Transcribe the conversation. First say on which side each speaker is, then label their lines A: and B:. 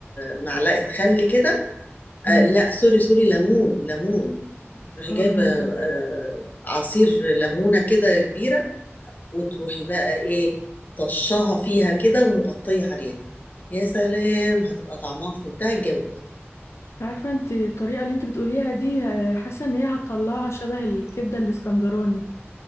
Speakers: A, on the left; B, on the left.
A: معلقة خل كده
B: امم
A: آه لا سوري سوري ليمون ليمون تروحي
B: اه
A: جايبة
B: ليمون
A: آه عصير ليمونة كده كبيرة وتروحي بقى ايه طشها فيها كده ومغطية عليها يا سلام هتبقى طعمها في منتهى الجمال
B: عارفه انت الطريقه اللي انت بتقوليها دي آه، حاسه ان هي هتطلعها شبه الكبده الاسكندراني